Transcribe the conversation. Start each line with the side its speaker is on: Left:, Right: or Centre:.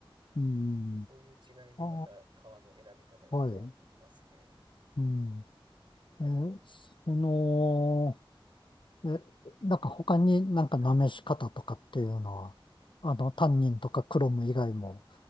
Left: うん、
Right: そういう違いでまた革の選び方が変わってきますね。
Left: ああ、はい。うん。えーその、え、なんか他になんかなめし方とかっていうのは、
Right: はい。
Left: あの、タンニンとかクロム以外も